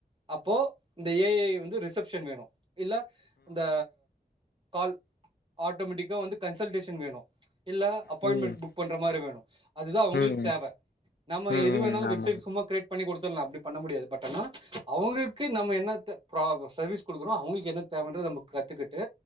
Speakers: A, on the right; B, on the left.
A: அப்போ இந்த ஏ ஐ வந்து ரிசப்ஷன் வேணும் இல்ல இந்த கால் ஆட்டோமெட்டிக்கா வந்து கன்சல்டேஷன் வேணும் இல்ல அப்பாயின்மென்ட்
B: ம்
A: புக் பண்ற மாரி வேணும் அதுதான் உங்களுக்கு
B: ம்
A: தேவ நம்ம
B: ம்
A: எது வேணாலும் வெப்சைட்
B: ஆமாங்க
A: சும்மா கிரியேட் பண்ணி குடுத்தலாம் அப்டி பண்ண முடியாது பட் ஆனா அவுங்களுக்கு நம்ம என்னத்த ப்ராப் சர்வீஸ் கொடுக்கறோம் அவங்களுக்கு என்ன தேவைன்றத நம்ப கத்துக்குட்டு